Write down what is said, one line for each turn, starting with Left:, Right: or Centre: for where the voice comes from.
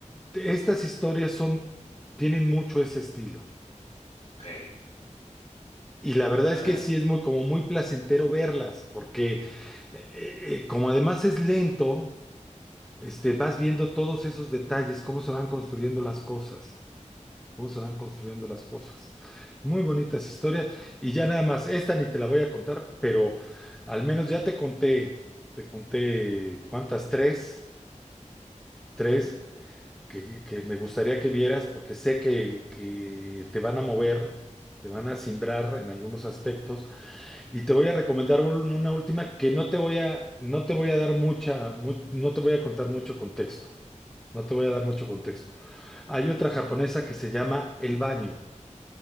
Centre: Estas historias son, tienen mucho ese estilo.
Left: Ok,
Centre: Y la verdad
Left: a
Centre: es
Left: ver,
Centre: que sí es muy, como muy placentero verlas, porque eh, eh, como además es lento, este, vas viendo todos esos detalles, cómo se van construyendo las cosas, cómo se van construyendo las cosas. Muy bonitas historias. Y ya nada más, esta ni te la voy a contar, pero al menos ya te conté, te conté cuántas, tres, tres que, que me gustaría que vieras, porque sé que, que te van a mover, te van a simbrar en algunos aspectos Y te voy a recomendar un- una última que no te voy a, no te voy a dar mucha, mu- no te voy a contar mucho contexto. No te voy a dar mucho contexto. Hay otra japonesa que se llama El Baño.